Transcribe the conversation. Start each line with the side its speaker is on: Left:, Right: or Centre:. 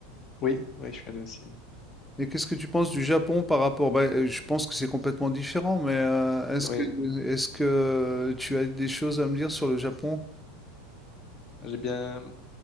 Left: Oui, oui, je suis allé aussi.
Centre: Et qu'est-ce que tu penses du Japon par rapport bah, heu, je pense que c'est complètement différent, mais, heu, est-ce
Left: Oui,
Centre: que est-ce que tu as des choses à me dire sur le Japon?
Left: j'ai bien,